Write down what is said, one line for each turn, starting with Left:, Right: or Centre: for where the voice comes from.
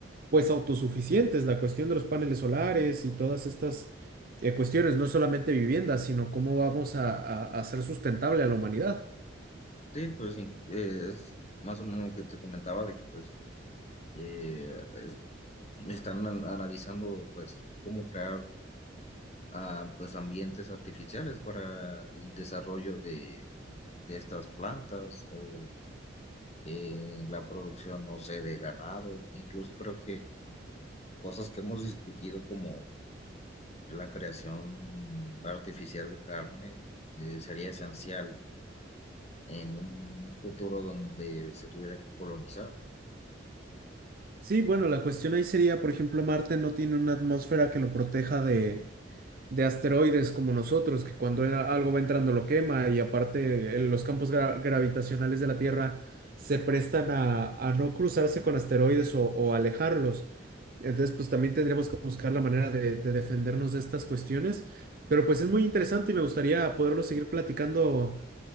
Right: pues autosuficientes. La cuestión de los paneles solares y todas estas eh, cuestiones, no solamente viviendas, sino cómo vamos a, a- a hacer sustentable a la humanidad.
Left: Sí, pues sí, eh, es más o menos lo que te comentaba de que pues eh, es- están an- analizando pues cómo crear ah, pues ambientes artificiales para el desarrollo de, de estas plantas o eh, la producción, no sé, de ganado, incluso creo que cosas que hemos discutido como la creación artificial de carne eh, sería esencial en un futuro donde se tuviera que colonizar.
Right: Sí, bueno, la cuestión ahí sería, por ejemplo, Marte no tiene una atmósfera que lo proteja de de asteroides como nosotros, que cuando era- algo va entrando lo quema y aparte eh, los campos gra- gravitacionales de la Tierra se prestan a, a no cruzarse con asteroides o, o alejarlos. Entonces, pues también tendríamos que buscar la manera de, de defendernos de estas cuestiones. Pero pues es muy interesante y me gustaría poderlo seguir platicando